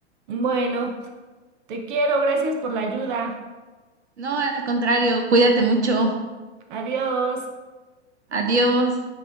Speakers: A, on the right; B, on the right.
A: Bueno, te quiero. Gracias por la ayuda.
B: No, al contrario, cuídate mucho.
A: Adiós.
B: Adiós.